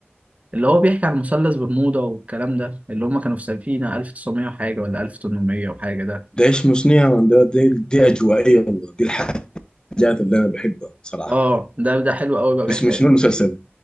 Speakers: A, on the right; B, on the left.
A: اللي هو بيحكي عن مثلث برمودا والكلام ده اللي هم كانوا في سفينة 1900 وحاجة ولا 1800 وحاجة ده
B: ده اسمه شنو يا مان ده دي, دي اجوائيه والله دي الحاجات اللي انا بحبها صراحه
A: اه ده ده حلو قوي بقى بيحكي
B: اسمه شنو المسلسل